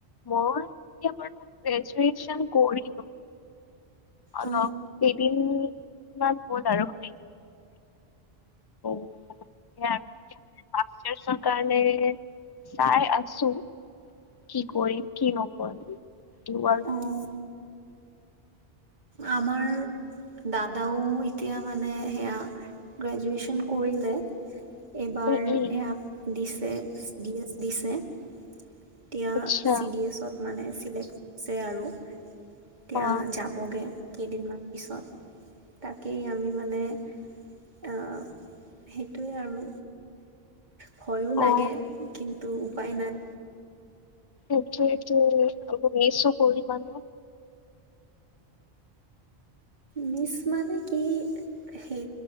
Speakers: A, on the left; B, on the right.
A: মই এতিয়া বাৰু গ্ৰেজুৱে্চন কৰিলো। অলপ
B: অ
A: কেইদিনমান হ'ল আৰু <inaudible> অ, দিয়া গ্ৰেজুৱে্চন কাৰণে চাই, আছো। কি কৰিম, কি নকৰিম তোমাৰ।
B: অ অ আমাৰ, দাদাও এতিয়া মানে সেয়া গ্ৰেজুৱেচন কৰিলে। এইবাৰ
A: তুমি এই
B: সে, আপ, দিছে, ডি এছ দিছে। এতিয়া,
A: আচ্ছা
B: চি ডি এছত মানে চিলেক্ট যে আৰু। এতিয়া
A: অ
B: যাবগে, কেইদিনমান পিছত তাকেই আমি মানে অহ, সেইটোৱে আৰু। ভয়ো লাগে,
A: অ
B: কিন্তু উপায় নাই।
A: সেইটোৱেটো অলপ মিচো কৰিবা ন।
B: মিচ মানে কি সেই